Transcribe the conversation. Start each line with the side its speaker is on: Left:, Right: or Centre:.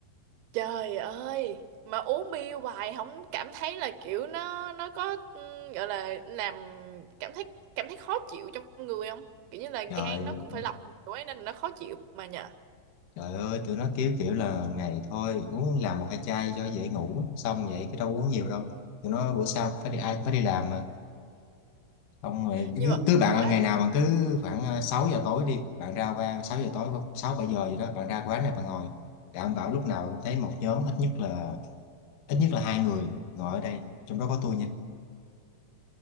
Right: trời ơi mà uống bia hoài không cảm thấy là kiểu nó nó có ừ, gọi là làm cảm thấy cảm thấy khó chịu trong người không kiểu như là
Left: trời
Right: gan nó cũng phải lọc kiểu ấy nên là nó khó chịu mà nhờ
Left: trời ơi tụi nó kiểu kiểu là ngày thôi uống làm một hai chai cho dễ ngủ xong vậy cái đâu uống nhiều đâu tụi nó bữa sau phải đi ai cũng phải đi làm mà không mày cứ,
Right: nhưng mà
Left: cứ bạn
Right: quá
Left: ngày nào bạn cứ khoảng ờ, 6 giờ tối đi bạn ra qua sáu giờ tối 6 7 giờ gì đó bạn ra quán này bạn ngồi đảm bảo lúc nào cũng thấy một nhóm ít nhất là ít nhất là hai người ngồi ở đây trong đó có tôi nha